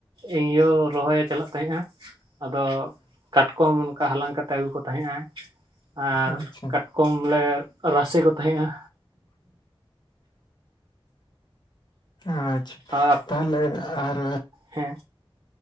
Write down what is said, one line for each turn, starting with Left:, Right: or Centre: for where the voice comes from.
Right: ᱤᱧ ᱟᱭᱳ ᱨᱚᱦᱚᱭᱮ ᱪᱟᱞᱟᱜ ᱛᱟᱦᱮᱸᱜ-ᱟ᱾ ᱟᱫᱚ ᱠᱟᱴᱠᱚᱢ ᱚᱱᱠᱟ ᱦᱟᱞᱟᱝ ᱠᱟᱛᱮᱫ ᱟᱹᱜᱩ ᱠᱚ ᱛᱟᱦᱮᱸᱜᱼᱟᱭ ᱟᱨ
Left: ᱟᱪᱪᱷᱟ
Right: ᱠᱚᱢ ᱞᱮ ᱨᱟᱥᱮ ᱠᱚ ᱛᱟᱦᱮᱸᱜᱼᱟ᱾
Left: ᱟᱪᱪᱷᱟ
Right: ᱟᱨ
Left: ᱛᱟᱦᱞᱮ ᱟᱨ
Right: ᱦᱮᱸ